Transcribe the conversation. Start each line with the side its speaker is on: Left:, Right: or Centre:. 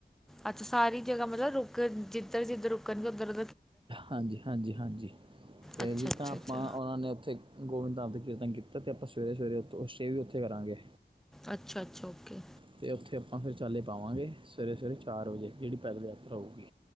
Centre: ਅੱਛਾ, ਸਾਰੀ ਜਗ੍ਹਾ ਮਤਲਬ ਰੁਕ, ਜਿੱਧਰ- ਜਿੱਧਰ ਰੁਕਣਗੇ ਉੱਧਰ, ਓਧਰ
Right: ਹਾਂਜੀ, ਹਾਂਜੀ, ਹਾਂਜੀ ਤੇ
Centre: ਅੱਛਾ
Right: ਜਿਦਾਂ
Centre: ਅੱਛਾ
Right: ਆਪਾਂ
Centre: ਅੱਛਾ
Right: ਉਹਨਾਂ ਨੇ ਉੱਥੇ ਗੋਬਿੰਦਦਾਥ ਦਾ ਕੀਰਤਨ ਕੀਤਾ ਤੇ ਆਪਾਂ ਸਵੇਰੇ -ਸਵੇਰੇ ਉ ਸਟੇਅ ਵੀ ਉੱਥੇ ਕਰਾਂਗੇ।
Centre: ਅੱਛਾ, ਅੱਛਾ ਓਕੇ।
Right: ਅਤੇ ਉੱਥੇ ਆਪਾਂ ਫਿਰ ਚਾਲੇ ਪਾਵਾਂਗੇ, ਸਵੇਰੇ- ਸਵੇਰੇ ਚਾਰ ਵਜੇ, ਜਿਹੜੀ ਪੈਦਲ ਯਾਤਰਾ ਹੋਊਗੀ।